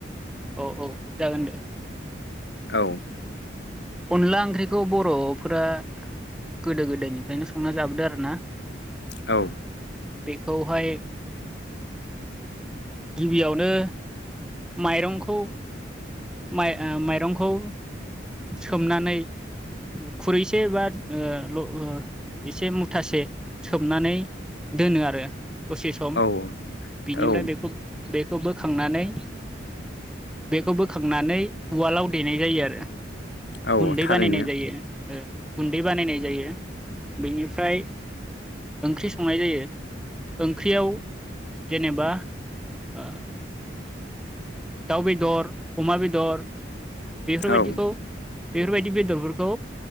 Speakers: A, in the centre; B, on the left.
A: औ औ जागोन दे।
B: औ।
A: अनला ओंख्रिखौ बर'फोरा गोदो गोदायनिफ्रायनो संना जाबोदो आरो ना।
B: औ
A: बेखौहाय गिबियावनो माइरंखौ माइ-माइरंखौ सोमनानै खुरैसे बा ओ ल एसे मुथासे सोमनानै दोनो आरो। दसे सम
B: औ
A: बिनिफ्राय
B: औ
A: बेखौ बे खौ बोखांनानै बे बेखौ बोखांनानै उवालाव देनाय जायो आरो।
B: औ
A: गुन्दै
B: थारैनो
A: बानायनाय जायो। ओ गुन्दै बानायनाय जायो बेनिफ्राय ओंख्रि संनाय जायो ओंख्रियाव जेनेबा ओ दाउ बेदर अमा बेदर बेफोरबायदिखौ
B: औ
A: बेफोरबायदि बेदरफोरखौ